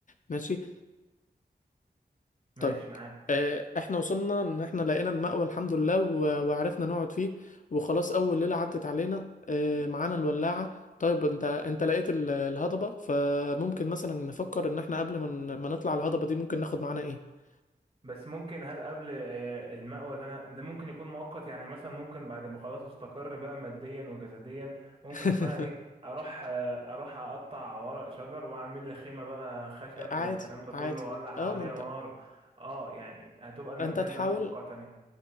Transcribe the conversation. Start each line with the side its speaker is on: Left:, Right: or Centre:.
Left: ماشي
Right: ماشي
Left: طيب
Right: معاك
Left: آه، احنا وصلنا ان احنا لقينا المأوى الحمد لله و- وعرفنا نقعد فيه وخلاص اول ليلة عدت علينا آه، معانا الولاعة طيب انت انت لقيت ال- الهضبة فممكن مثلا نفكر ان احنا قبل ما ن- ما نطلع الهضبة دي ممكن ناخد معانا ايه
Right: بس ممكن هل قبل آه، المأوى اللي انا ده ممكن يكون مؤقت يعني مثلا ممكن بعد ما خلاص استقر بقى ماديا وجسديا ممكن
Left: <laughs>
Right: بقى ايه اروح آه، اروح اقطع ورق شجر واعمل لي خيمة بقى خشب
Left: عادي
Right: والكلام ده
Left: عادي
Right: كله واولع حواليها
Left: اه ما انت
Right: نار اه يعني هتبقى المكان
Left: انت هتحاول
Right: ده مؤقتا يعني.